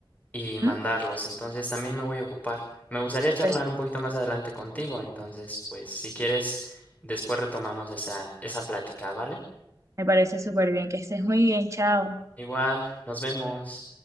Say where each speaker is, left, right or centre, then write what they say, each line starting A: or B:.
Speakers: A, on the left; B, on the right.
A: y mandarlos.
B: ¿Mm?
A: Entonces también me voy a ocupar. Me gustaría charlar
B: Pues,
A: un poquito más adelante contigo. Entonces, pues si quieres, después retomamos esa, esa plática, ¿vale?
B: me parece súper bien, que estés muy bien, chao.
A: Igual, nos vemos.